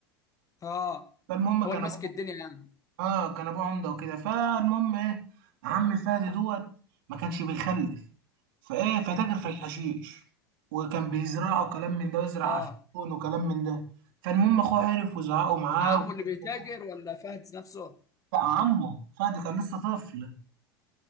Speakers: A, on the left; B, on the right.
A: اه
B: فالمهم
A: هو
B: كان
A: اللي
B: ابوه
A: ماسك الدنيا يعني
B: اه كان ابوه عمده وكده فالمهم ايه عم فهد دوت ما كانش بيخلف فايه فتاجر في الحشيش وكان بيزرعه وكلام من ده ويزرع
A: اه
B: عفون وكلام من ده فالمهم اخوه عرف وزعقه معاه
A: عمه اللي بيتاجر
B: وكلام
A: ولا فهد نفسه
B: بقى عمه فهد كان لسه طفل